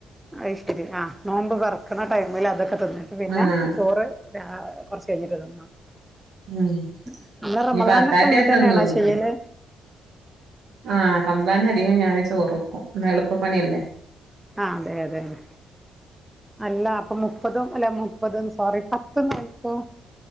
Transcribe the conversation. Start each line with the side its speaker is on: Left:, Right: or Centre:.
Centre: അയ്ശെരി ആഹ് നോമ്പ് തൊറക്ക്ണ ടൈമിലതൊക്കെ തിന്നട്ട് പിന്നെ
Right: ആഹ്
Centre: ചോറ് രാ ഏഹ് കൊർച്ചയ്ഞ്ഞിട്ട് തിന്നാ <unintelligible>
Right: ഉം
Centre: റമളാനിലൊക്കെ
Right: ഇനിയിപ്പ അത്താഴത്തെ
Centre: ഇങ്ങൻത്തെന്നാണോ
Right: തിന്നൊന്നുല്ല
Centre: ചെയ്യല്
Right: ആഹ് റംളാൻലധികോം ഞാൻ ചോറ് വെക്കും ഇന്നാ എളുപ്പപ്പണിയല്ലേ
Centre: ആഹ് അതെയതെയതെ അല്ലാ അപ്പൊ മുപ്പതും അല്ല മുപ്പത് ന്ന് സോറി പത്തും നോൽക്കോ?